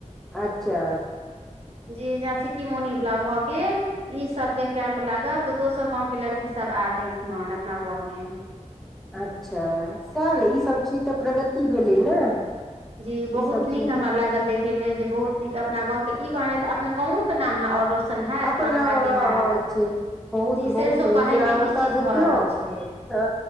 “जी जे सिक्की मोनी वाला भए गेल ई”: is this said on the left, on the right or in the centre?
Right